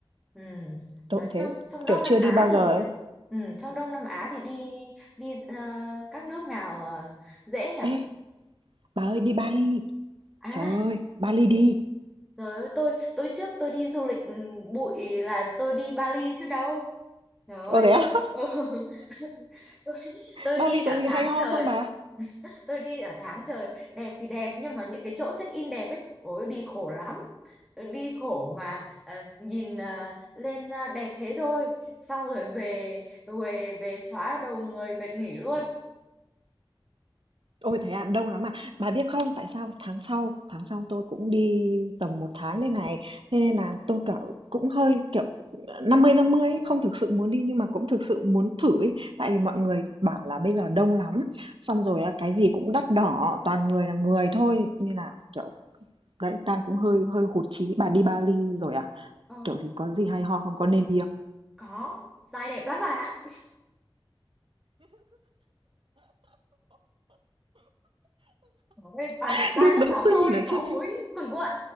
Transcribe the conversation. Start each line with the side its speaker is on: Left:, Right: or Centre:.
Centre: ừ.
Right: tôi
Centre: Ở
Right: cũng
Centre: trong
Right: thế.
Centre: trong Đông
Right: Kiểu
Centre: Nam
Right: chưa đi
Centre: Á
Right: bao
Centre: thì
Right: giờ ấy.
Centre: ừ, trong Đông Nam Á thì đi đi ờ, các nước nào ờ, dễ nhỉ
Right: Ê, bà ơi đi Bali.
Centre: à
Right: Trời ơi, Bali đi.
Centre: Trời ơi, tôi tôi trước tôi đi du lịch ừ, bụi là tôi đi Bali chứ đâu. Trời
Right: Ồ
Centre: ơi.
Right: thế à?
Centre: Ừ. <laughs> Tôi, tôi
Right: <laughs> Bali
Centre: đi
Right: có
Centre: cả
Right: gì
Centre: tháng
Right: hay ho
Centre: trời.
Right: không bà?
Centre: Tôi đi cả tháng trời. Đẹp thì đẹp nhưng mà những cái chỗ check in đẹp ấy, ôi đi khổ lắm. Ừ, Đi khổ mà ờ, nhìn ờ, lên ờ, đẹp thế thôi. Xong rồi về về về xóa đầu người mệt nghỉ luôn.
Right: Ôi, thế à? Đông lắm à? Bà biết không, tại sao tháng sau tháng sau tôi cũng đi tầm một tháng đây này, thế nên là tôi, kiểu, cũng hơi, kiểu, ờ, 50-50 ấy, không thực sự muốn đi nhưng mà cũng thực sự muốn thử ấy. Tại vì mọi người bảo là bây giờ đông lắm, xong rồi á, cái gì cũng đắt đỏ, toàn người là người thôi, nên là, kiểu, đấy, đang cũng hơi hơi hụt chí. Bà đi Bali rồi à?
Centre: Ờ,
Right: Kiểu gì, có gì hay ho không? Có nên đi không?
Centre: có, dai đẹp lắm bạn ạ. Ôi, Toàn
Right: <laughs>
Centre: đẹp dai
Right: Đúng,
Centre: lớp
Right: đúng,
Centre: sóng
Right: tôi
Centre: thôi,
Right: nhìn ở
Centre: sáu
Right: trên
Centre: múi
Right: đấy.
Centre: cuồn cuộn,